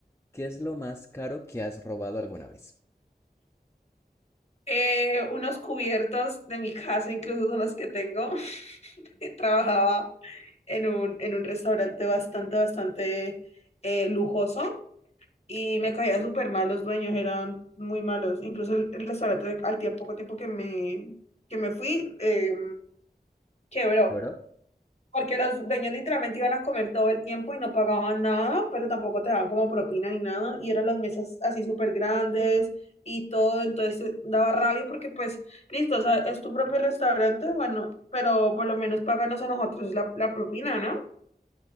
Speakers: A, on the left; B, on the left.
A: qué es lo más caro que has robado alguna vez?
B: Eh, unos cubiertos de mi casa, incluso son los que tengo. <laughs> Trabajaba en un, en un restaurante bastante, bastante eh, lujoso y me caía súper mal. Los dueños eran muy malos. Incluso el, el restaurante, al tiempo, poco tiempo que me, que me fui, eh, quebró.
A: ¿Lloró?
B: Porque los dueños literalmente iban a comer todo el tiempo y no pagaban nada, pero tampoco te daban como propina ni nada. Y eran las mesas así súper grandes y todo. Entonces eh, daba rabia porque pues, listo, o sea, es tu propio restaurante, bueno, pero por lo menos páganos a nosotros la, la propina, ¿no?